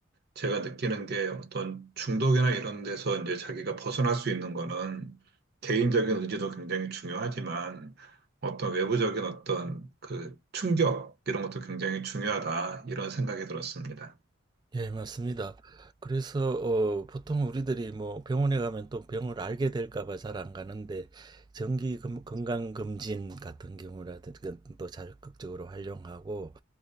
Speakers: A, on the right; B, on the right.
A: 제가 느끼는 게 어떤 중독이나 이런 데서 이제 자기가 벗어날 수 있는 거는 개인적인 의지도 굉장히 중요하지만 어떤 외부적인 어떤 그 충격 이런 것도 굉장히 중요하다 이런 생각이 들었습니다.
B: 예, 맞습니다. 그래서 어, 보통 우리들이 뭐 병원에 가면 또 병을 알게 될까 봐 잘 안 가는데 정기 검- 건강 검진 같은 경우라든지 또 적극적으로 활용하고